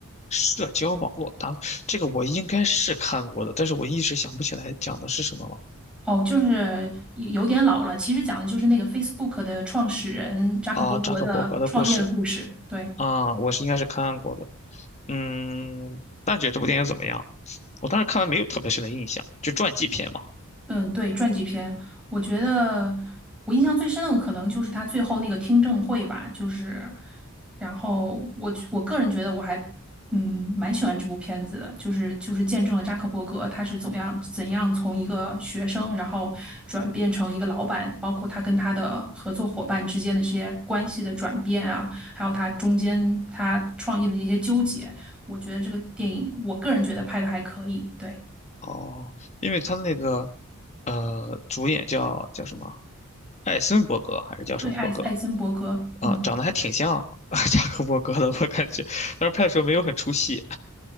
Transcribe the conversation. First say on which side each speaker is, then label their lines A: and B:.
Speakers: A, on the left (about 30°); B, in the centre.
A: 社交网络，咱们这个我应该是看过的，但是我一时想不起来讲的是什么了。
B: 哦，就是有有点老了，其实讲的就是那个 Facebook 的创始人扎克伯格的创业的故事。
A: 啊，扎克伯格的故事
B: 对。
A: 啊，我是应该是看过的。嗯，大姐这部电影怎么样？我当时看完没有特别深的印象，就传记片嘛。
B: 嗯，对，传记片，我觉得我印象最深的可能就是他最后那个听证会吧，就是，然后我我个人觉得我还嗯蛮喜欢这部片子的，就是就是见证了扎克伯格他是怎样怎样从一个学生，然后转变成一个老板，包括他跟他的合作伙伴之间的这些关系的转变啊，还有他中间他创业的那些纠结，我觉得这个电影我个人觉得拍的还可以，对
A: 哦，因为他那个呃，主演叫叫什么？艾森伯格还是叫什么伯格？
B: 对，艾艾森伯格，嗯。
A: 啊，长得还挺像 <laughs> 扎克伯格的，我感觉，但是拍的时候没有很出戏。